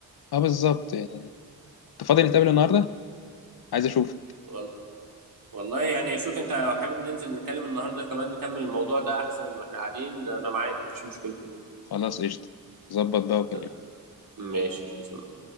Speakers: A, on the left; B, on the right.
A: اه بالظبط يعني انت فاضي نتقابل النهارده عايز اشوف
B: وال- والله يعني شوف انت لو حابب ننزل نتكلم النهارده كمان نكمل الموضوع ده احسن واحنا قاعدين انا معاك مفيش مشكله
A: خلاص قشطه ظبط بقى وكلمني
B: ت- ماشي تسلم